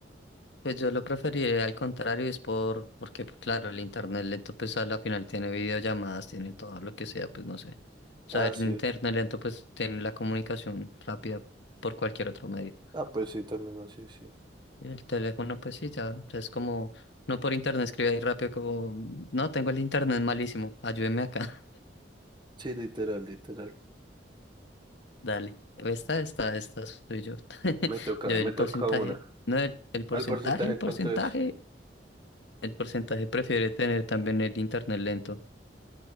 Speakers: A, on the left (about 75°); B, on the right (about 25°).
A: Pues yo lo preferiría al contrario, es por, porque pues, claro, el internet lento pues a la final tiene videollamadas, tiene todo lo que sea, pues no sé. O
B: Ah,
A: sea, el
B: sí.
A: internet
B: es.
A: lento pues tiene la comunicación rápida por cualquier otro medio.
B: Ah, pues sí, también así, sí.
A: Y el teléfono pues sí, ya, ya es como, no por internet escribe ahí rápido como, no, tengo el internet malísimo, ayúdeme acá,
B: Sí, literal, literal.
A: <laughs> dale. Esta, esta, esta soy yo. <laughs>
B: Me toca,
A: Yo el
B: me toca
A: porcentaje,
B: una.
A: no, el, el porcentaje,
B: ¿Al porcentaje
A: el porcentaje,
B: cuánto es?
A: el porcentaje prefiere tener también el internet lento.